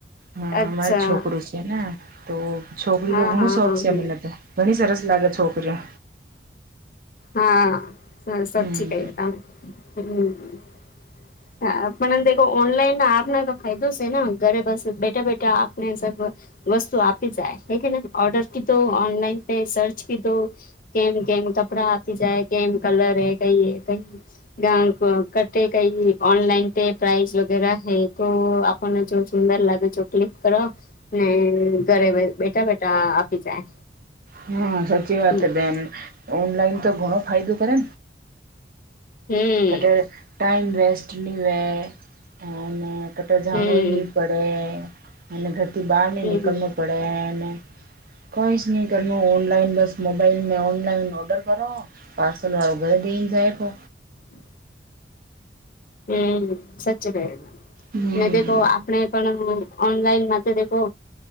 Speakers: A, on the right; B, on the left.
A: હા
B: અચ્છા
A: અમારે છોકરુ છે ને તો છોકરીનો
B: હા
A: ઘણુ
B: હા
A: શોખ
B: હા
A: છેને ઘણી સરસ લાગે છોકરીઓ
B: હા સ સચી
A: હમ
B: કઇ તા <unintelligible> હા પણેન ઓનલાઈન આપના તો ફાયદો સે ને ઘરે બસ બેઠા બેઠા આપને સ વસ્તુ આપી જાયે <unintelligible> ઓર્ડર કીધો ઓનલાઈન પે સર્ચ કીધો કે <unintelligible> આપડા <unintelligible> જાય કેમ કલર હૈ કઈ હૈ <unintelligible> કઠ કઈ ઓનલાઈન પ પ્રઇઝ વગેરે હ તો આપને જો સુુંદર લાગે જો ક્લિક કરો ને ઘરે બેઠા બેઠા આપી જાય
A: હા સાચી વાત
B: હમ
A: બેન ઓનલાઈન તો ઘણો ફાયદો કરે
B: હમ
A: બટે ટાઈમ વેસ્ટ ની વે હો ને કટ જાણું
B: હમ
A: ની પડે અને ઘરથી બહાર ની નીકળવુ
B: હમ
A: પડેને
B: <unintelligible>
A: કોઈશ ન કરનુ ઓનલાઈન બસ મોબાઈલ મે ઓનલાઈન ઓર્ડર કરો પાર્સલ વાલો ઘરે દે જાય પો
B: હ <unintelligible> હમ સચચી કે
A: હમ
B: ને દેખો આપણે પણ ઓનલાઈન માં તો દેકો